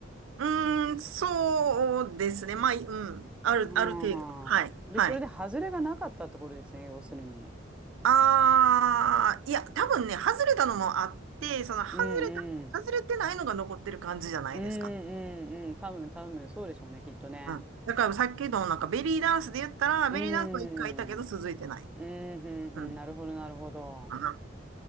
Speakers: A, on the right; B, in the centre.
A: うーん、そうですね。まあ、うん、ある、
B: うんうん。
A: ある程度。はい、
B: で、
A: はい。
B: それで外れがなかったってことですね、要するに。
A: ああ、いや、多分ね、外れたのもあって、その外れた、
B: うんうん。
A: 外れてないのが残ってる感じじゃないですか。
B: うんうんうん。多分多分そうでしょうね、きっとね。
A: うん。だからさっきのなんかベリーダンスで言ったら、
B: うん。
A: ベリーダンスは一回いたけど続いてない。
B: うんうんうん。
A: うん。
B: なるほど、なるほど。
A: かな。